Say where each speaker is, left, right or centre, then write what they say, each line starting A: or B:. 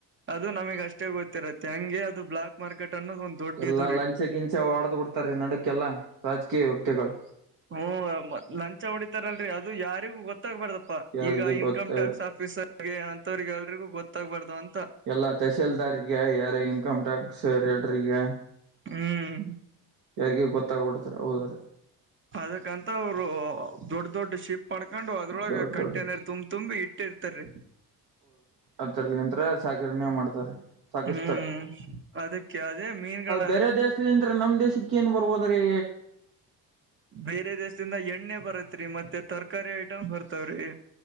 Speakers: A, on the right (about 30°); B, on the right (about 60°).
A: ಅದು ನಮಗೆ ಅಷ್ಟೇ ಗೊತ್ತಿರತ್ತೆ ಹಂಗೆ ಅದು ಬ್ಲಾಕ್ ಮಾರ್ಕೆಟ್ ಅನ್ನೋದು ದೊಡ್ಡ
B: ಎಲ್ಲಾ
A: ಇದು ರೀ
B: ಲಂಚ ಗಿಂಚ ಹೊಡ್ದ್ ಬಿಡ್ತಾರೀ ನಡಕ್ಕೆಲ್ಲಾ ರಾಜಕೀಯ ವ್ಯಕ್ತಿಗಳು.
A: ಹ್ಮ್ ಲಂಚ ಹೊಡಿತಾರೆ ಅಲ್ರರಿ ಅದು ಯಾರಿಗೂ ಗೊತ್ತ್ ತ್ತಾಗಬಾರ್ದಪ್ಪ
B: ಯಾರಿಗೆ
A: ಈಗ ಇನ್ಕಮ್
B: ಗೊತ್ತ
A: ಟ್ಯಾಕ್ಸ್ ಆಫೀಸರ್ ಗೆ ಅಂತವ್ರಿಗೆ ಎಲ್ರಿಗೂ ಗೊತ್ತಾಗ್ಬಾರ್ದು ಅಂತ.
B: ಎಲ್ಲಾ ತಹಸೀಲ್ದಾರ್ಗೆ ಯಾರ ಇನ್ಕಮ್ ಟ್ಯಾಕ್ಸ್ ರೈಡ್ರಗೆ.
A: ಹ್ಮ್
B: ಯಾರಿಗೆ ಗೊತ್ತಾಗಬಿಡ್ತೆ ಹೌದ್ ರೀ.
A: ಅದಕ್ಕಂತ ಅವ್ರು ದೊಡ್ಡ ದೊಡ್ ಶಿಪ್ ಮಾಡ್ಕೊಂಡು ಅದ್ರೊಳಗೆ
B: ದೊಡ್ಡ
A: ಕಂಟೇನರ್
B: ದೊಡ್ಡ
A: ತುಂಬ್ ತುಂಬಿ ಇಟ್ಟಿರ್ತಾರೀ
B: ಅದ್ರಲ್ಲಿ ನಿಂತ್ರೆ ಸಾಗರಣೆ ಮಾಡತಾರ್ ರೀ ಸಾಗಿಸತಾರ್
A: ಹ್ಮ್
B: ರೀ.
A: ಅದಕ್ಕೆ ಅದೇ ಮೀನುಗಳನ್ನ
B: ಬೇರೆ ದೇಶಲಿಂದ್ರ ನಮ್ ದೇಶಕ್ಕೆ ಏನ್ ಬರ್ಬೋದ್ರೀ.
A: ಬೇರೆ ದೇಶದಿಂದ ಎಣ್ಣೆ ಬರತ್ರಿ ಮತ್ತೆ ತರಕಾರಿ ಐಟಮ್ಸ್ ಬರ್ತವ್ರಿ.